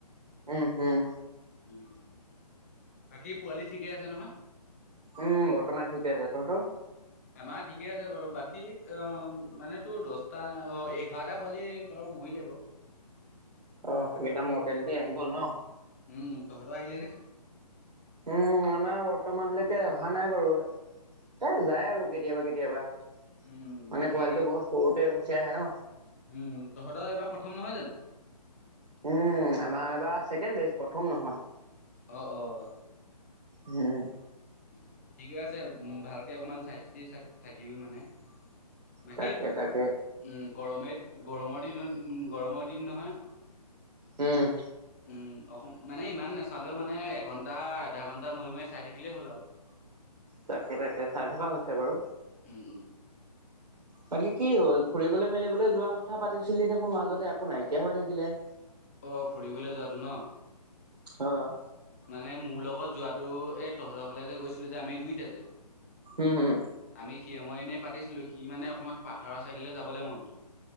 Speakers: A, on the right; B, on the left.
A: উম, হম
B: উ, বাকী পোৱালি ঠিকেই আছে নহয়?
A: উম, বৰ্তমান ঠিকে আছে তহতৰ?
B: আমাৰ ঠিকে আছে বাৰু, বাকী অ মানে তোৰ দহটা অ এঘাৰটা পোৱালি বাৰু মৰিলে বা
A: অ ', সেইকেইটা মোৰ <unintelligible> দি আহি গ'ল ন
B: উম, তহৰ আহিলে নে?
A: উম, আমাৰ বৰ্তমানলৈকে অহা নাই বাৰু এ যায় আৰু কেতিয়াবা কেতিয়াবা মানে,
B: উম বাকী
A: পোৱালিটো বহুত সৰুতে গুচি আহে ন
B: উম, তহৰ এবাৰ প্ৰথম নহয় জানো?
A: উম, আমাৰ এইবাৰ ছেকেণ্ড বে প্ৰথম নহয়
B: অ', অ',
A: উম,
B: উ ঠিকে আছে। ভালকে অকণমান চাই্চিথি থাকিবি মানে, বাকি
A: তাকে
B: উম,
A: তাকে
B: গৰমে, গৰমৰ দিন, গৰমৰ দিন নহয়
A: উম,
B: উম, অ', মানে ইমান নাচালেও মানে এঘণ্টা আধা ঘণ্টা মূৰে মূৰে চাই থাকিলেই হ'ল আৰু। উ
A: তাকে, তাকে, চাই থকা হৈছে বাৰু।
B: উম, উম
A: বাকী কি হল, ফুৰিবলৈ মেলিবলৈ যোৱা কথা পাতিছিলি দেখোন মাজতে একো নাইকিয়া হৈ থাকিলে।
B: অ', ফুৰিবলৈ যোৱাতটো ন।
A: অ',
B: মানে, মোৰ লগত যোৱাতটো এই তহতঘৰলে যে গৈছিলো যে আমি দুইটা যে
A: হম, হুম,
B: আমি সি ময় এনেই পাতিছিলো। সি মানে অকনমান পাহাৰৰ চাইডলৈ যাবলৈ মন